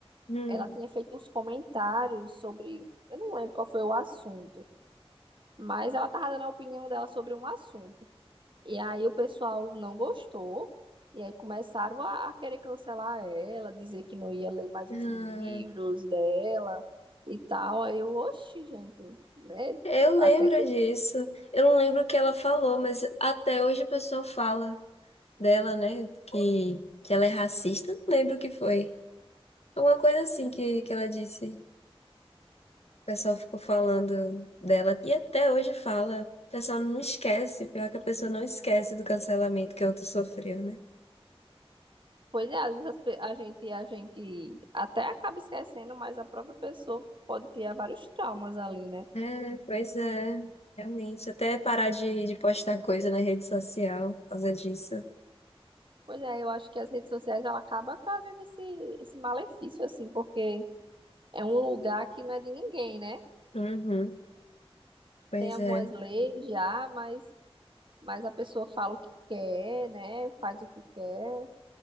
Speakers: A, on the left; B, on the right.
A: Hum.
B: ela tinha feito uns comentários sobre, eu não lembro qual foi o assunto, mas ela estava dando a opinião dela sobre um assunto. E aí o pessoal não gostou, e aí começaram a, a querer cancelar ela, dizer que não ia ler mais
A: Ah.
B: os livros dela e tal. Aí eu, oxe, gente, né?
A: Eu
B: Até
A: lembro disso. Eu não lembro o que ela falou, mas até hoje o pessoal fala dela, né? Que, que ela é racista. Não lembro o que foi. Alguma coisa assim que, que ela disse. O pessoal ficou falando dela. E até hoje fala. O pessoal não esquece. Pior que a pessoa não esquece do cancelamento que a outra sofreu, né?
B: Pois é, às vezes as pe- a gente, a gente até acaba esquecendo, mas a própria pessoa pode criar vários traumas ali, né?
A: É, pois é. Realmente. Até parar de, de postar coisa na rede social por causa disso.
B: Pois é, eu acho que as redes sociais ela acaba trazendo esse, esse malefício, assim, porque é um lugar que não é de ninguém, né?
A: Uhum. Pois
B: Tem algumas
A: é.
B: leis já, mas, mas a pessoa fala o que quer, né? Faz o que quer